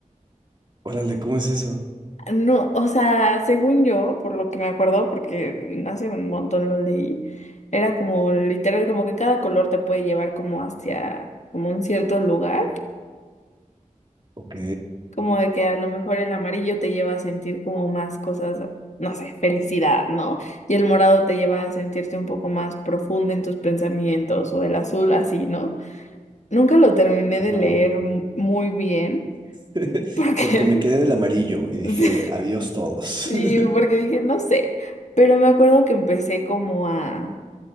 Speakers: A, on the right; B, on the left.
A: Órale, ¿cómo es eso?
B: No, o sea, según yo, por lo que me acuerdo, porque hace un montón lo leí, era como literal, como que cada color te puede llevar como hacia, como un cierto lugar,
A: Ok.
B: como de que a lo mejor el amarillo te lleva a sentir como más cosas, no sé, felicidad, ¿no? Y el morado te lleva a sentirte un poco más profundo en tus pensamientos, o el azul así, ¿no? Nunca lo terminé
A: Ajá.
B: de leer mu- muy bien
A: <laughs>
B: Porque,
A: Porque me quedé del amarillo y
B: <laughs>
A: dije,
B: sí,
A: adiós todos.
B: sí,
A: <laughs>
B: porque dije, no sé, pero me acuerdo que empecé como a,